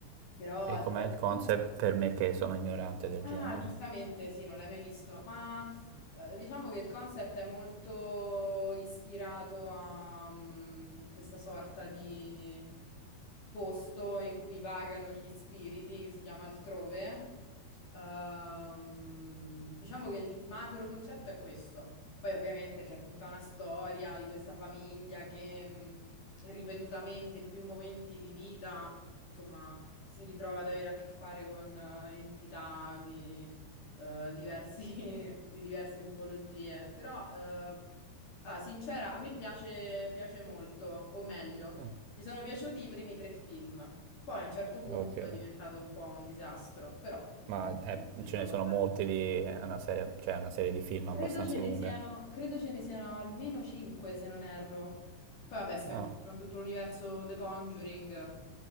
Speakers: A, on the left; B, on the right.
A: Però
B: E
A: al
B: com'è
A: di là
B: il
A: di
B: concept
A: quello-
B: per me che sono ignorante del
A: Ah,
B: genere?
A: giustamente, sì, non l'hai mai visto, ma eh, diciamo che il concept è molto ispirato a mm, questa sorta di posto in cui vagano gli spiriti, che si chiama altrove. Ehm, diciamo che il macro concetto è questo. Poi ovviamente c'è tutta una storia di questa famiglia che mm, ripetutamente in più momenti di vita, insomma si ritrova ad avere a che fare con eh, entità di, eh, diversi- <laughs> di diverse tipologie. Però, eh, ah, sincera, a me piace, piace molto, o meglio,
B: Ah,
A: mi sono piaciuti i primi tre film. Poi a un certo punto
B: ok.
A: è diventato un po' un disastro, però mm,
B: Ma eh,
A: se metto
B: ce
A: a
B: ne
A: guardare.
B: sono molti di... è una serie, cioè è una serie di film
A: Credo
B: abbastanza
A: ce ne
B: lunga.
A: siano, credo ce ne siano almeno cinque, se non erro. Poi vabbè, sto
B: No.
A: in fissa con tutto l'universo The Conjuring.